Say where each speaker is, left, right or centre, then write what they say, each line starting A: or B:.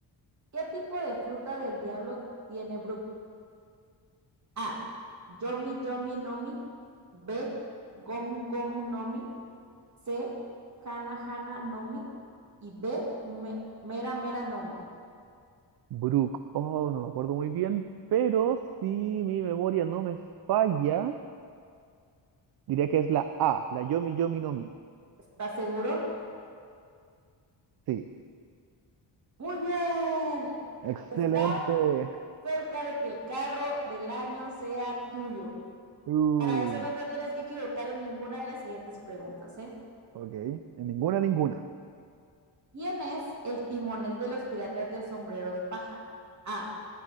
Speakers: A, on the right; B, on the right.
A: ¿Qué tipo de fruta del diablo tiene Brook? A. Yomi Yomi Nomi. B. Gomu Gomu Nomi. C. Hana Hana Nomi. Y D. Me- Mera Mera Nomi.
B: Brooke. Oh, no me acuerdo muy bien, pero si mi memoria no me falla, diría que es la A, la Yomi Yomi no Mi.
A: ¿Estás seguro?
B: Sí.
A: Muy bien.
B: Excelente.
A: Estás cerca de que el carro del año sea tuyo.
B: Uh,
A: Para eso no te tienes que equivocar en ninguna de las siguientes preguntas, ¿eh?
B: ok, en ninguna, ninguna.
A: ¿Quién es el timonel de los piratas del sombrero de paja? A.